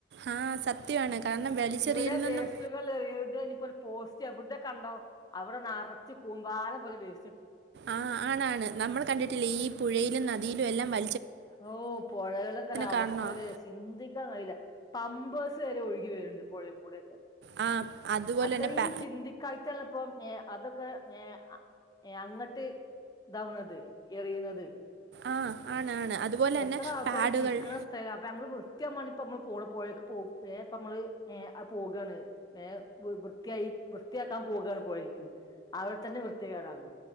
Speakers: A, on the right; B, on the left.
A: ആഹ് സത്യമാണ്. കാരണം വലിച്ചെറിയലൊന്നും
B: ഇവിടെ വേസ്റ്റുകൾ എറിയരുത് ഇനിയിപ്പോ ഒരു പോ സ്റ്റ് എവിടെ കണ്ടോ അവിടെ നെറച്ചും കൂമ്പാരം പോലെ വേ
A: ആ ണാണ് നമ്മൾ കണ്ടിട്ടില്ലേ ഈ പുഴയിലും ന ദിയിലും എല്ലാം വ
B: ഓ പുഴകളൊക്കെ ഒരവസ്ഥയല്ലേ
A: കാരണമാണ്
B: ചിന്തിക്കാൻ കഴിയില്ല. പമ്പേഴ്സ് വരെ ഒഴുകി വരണുണ്ട് പുഴേ കൂടെയൊക്കെ.
A: ആ അതുപോലെ
B: അത്രയും
A: തന്നെ പാ
B: ചിന്തിക്കായിട്ടല്ലപ്പാ ഏഹ് അതൊക്കെ ഏഹ് ഏഹ് അങ്ങട്ട് ഇതവണത് എറിയുന്നത്.
A: ആ ആണ് ആണ്. അതുപോലെ തന്നെ
B: എത്ര ആൾക്കാര്
A: പാഡുകൾ
B: കുളിക്കുന്ന സ്ഥലാ അപ്പ നമ്മള് വൃത്തിയാകാൻ വേണ്ടി മ്മള് പോണ പുഴേക്ക് പോ ഏഹ് നമ്മള് ഏഹ് പോകയാണ് ഏഹ് വൃത്തിയായി വൃത്തിയാക്കാൻ പോവുകയാണ് പുഴേക്ക് അവിടെ തന്നെ വൃത്തികേടാണ്.